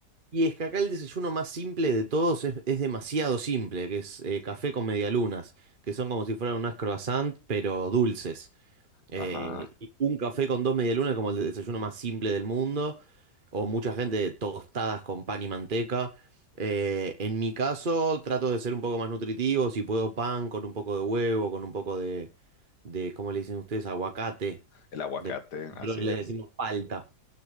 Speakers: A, on the right; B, on the left.
A: Y es que acá el desayuno más simple de todos es, es demasiado simple, que es eh, café con medialunas, que son como si fueran unas croissant, pero dulces. Eh,
B: Ajá,
A: y un café con dos medialunas es como el desayuno más simple del mundo, o mucha gente tostadas con pan y manteca. Eh, en mi caso, trato de ser un poco más nutritivo, si puedo pan con un poco de huevo, con un poco de, de ¿cómo le dicen ustedes? Aguacate.
B: el aguacate,
A: De- nosotros
B: así
A: le
B: es.
A: decimos palta,